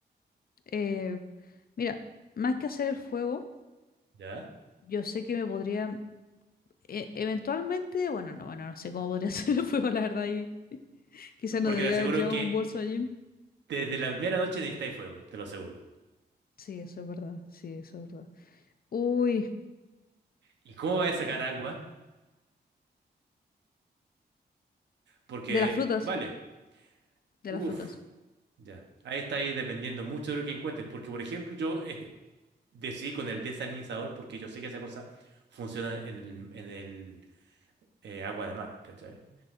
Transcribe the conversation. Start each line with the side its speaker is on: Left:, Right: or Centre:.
Left: Eh, mira, más que hacer el fuego,
Right: ¿Ya?
Left: yo sé que me podría... e- eventualmente, bueno, no, bueno, no sé cómo podría <laughs> hacer el fuego, la verdad, y <laughs> quizás no
Right: Porque
Left: debía
Right: te aseguro
Left: haber llevado
Right: que
Left: un bolso allí.
Right: desde la primera noche necesitáis fuego, te lo aseguro.
Left: Sí, eso es verdad, sí, eso es verdad. Uy,
Right: ¿Y cómo vas a sacar agua? Porque,
Left: de las frutas,
Right: vale,
Left: de
Right: uff,
Left: las frutas.
Right: ya. Ahí está ahí dependiendo mucho de lo que encuentres. Porque, por ejemplo, yo eh, decidí con el desalinizador porque yo sé que esa cosa funciona en el, en el eh, agua de mar, ¿cachai?